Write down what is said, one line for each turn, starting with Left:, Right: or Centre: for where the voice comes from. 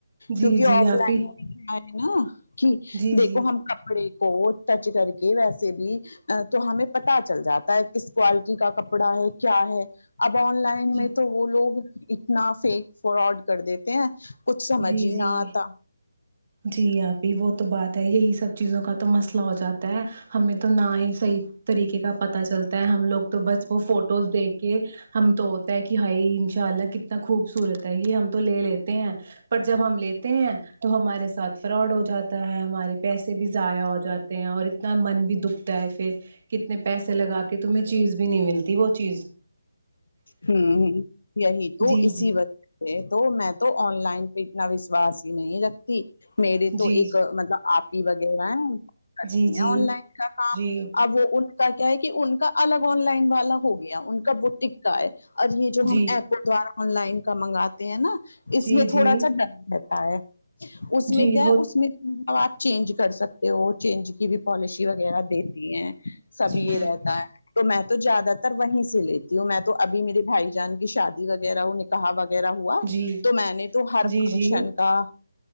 Right: جی
Left: کیونکہ
Right: جی
Left: آف
Right: آپ
Left: لائن
Right: ہی
Left: میں اری نا کی
Right: جی
Left: دیکھو
Right: جی
Left: ہم کپڑے کو ٹچ کر کے ویسے بھی تو ہمیں پتا چل جاتا ہے کس کوالٹی کا کپڑا ہے کیا ہے اب آن لائن
Right: جی
Left: میں تو وہ لوگ اتنا فیک فراڈ کر دیتے ہیں کچھ سمجھ
Right: جی
Left: ہی
Right: جی
Left: نہ آتا
Right: جی اپپی وہ تو بات ہے یہی سب چیزوں کا تو مسئلہ ہو جاتا ہے ہمیں تو نہ ہی صحیح طریقے کا پتا چلتا ہے ہم لوگ تو بس وہ فوٹوز دیکھ کہ ہم تو ہوتا ہے کہ ہائی ان شاء اللہ کتنا خوبصورت ہے یہ ہم تو لے لیتے ہیں پر جب ہم لیتے ہیں تو ہمارے ساتھ فراڈ ہو جاتا ہے ہمارے پیسے بھی ضائع ہو جاتے ہیں اور اتنا من بھی دکھتا ہے پھر کتنے پیسے لگا کے تمہیں چیز بھی نہیں ملتی وہ چیز
Left: ہمم یہی تو
Right: جی
Left: اسی
Right: جی
Left: وج تو میں تو آن لائن پہ اتنا وشواس ہی نہیں رکھتی میرے
Right: جی
Left: تو ایک مطلب اپپی وغیرہ ہے کرتے
Right: جی جی
Left: ہیں آن لائن کا کام
Right: جی
Left: اب وہ ان کا کیا ہے کہ ان کا الگ آن لائن والا ہو گیا ان کا بٹک کا ہے اور یہ جو
Right: جی
Left: ہم اپپ کے دوارا آن لائن کا منگاتے ہیں نا اس
Right: جی
Left: میں
Right: جی
Left: تھوڑا سا ڈر بتا ہے اس
Right: جی
Left: میں کیا
Right: وہ
Left: ہے اس میں ا آپ چینج کر سکتے ہو چینج کی بھی پالیسی وغیرہ دیتی ہیں سب
Right: جی
Left: یہ رہتا ہے تو میں تو زیادہ تر وہیں سے لیتی ہوں میں تو تو ابھی میرے بھائی جان کی شادی وغیرہ ہو نک نکاح وغیرہ ہوا
Right: جی
Left: تو میں نے تو
Right: جی
Left: ہر فنکشن
Right: جی جی
Left: کا